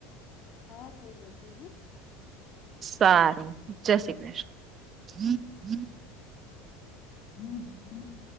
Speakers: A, on the left; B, on the right.
A: હા થઈ જશે હ.
B: સારું જય શ્રી કૃષ્ણ.
A: હમ હ